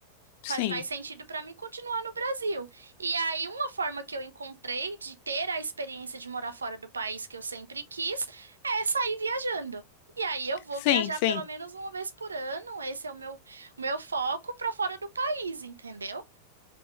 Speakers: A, on the left; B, on the right.
A: sim.
B: Faz mais sentido para mim continuar no Brasil. E aí, uma forma que eu encontrei de ter a experiência de morar fora do país que eu sempre quis é sair viajando. E aí, eu vou
A: Sim,
B: viajar
A: sim.
B: pelo menos uma vez por ano. Esse é o meu, o meu foco para fora do país, entendeu?